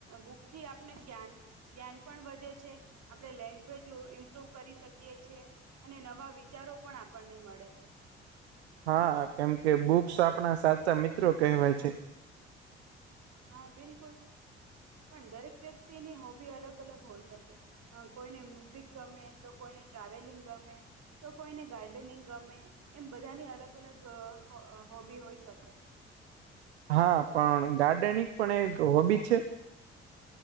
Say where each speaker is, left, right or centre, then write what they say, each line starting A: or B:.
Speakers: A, on the right; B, on the right.
A: બુકથી આપને જ્ઞાન જ્ઞાન પણ વધે છે, આપડે લેંગ્વેજ ઇમ્પ્રુવ કરી શકીએ છે. અને નવા વિચારો પણ આપણને મળે છે.
B: હા કેમ કે બુક્સ આપણા સાચા મિત્રો કહેવાય છે.
A: હા બિલકુલ પણ દરેક વ્યક્તિની હોબી અલગ અલગ હોય શકે. અ કોઈને મ્યુઝિક ગમે તો કોઈને ટ્રાવેલિંગ ગમે. તો કોઈને ગાર્ડનિંગ ગમે એમ બધાની અલગ અલગ હોબી હોઈ શકે.
B: હા પણ ગાર્ડનિંગ પણ એક હોબી છે.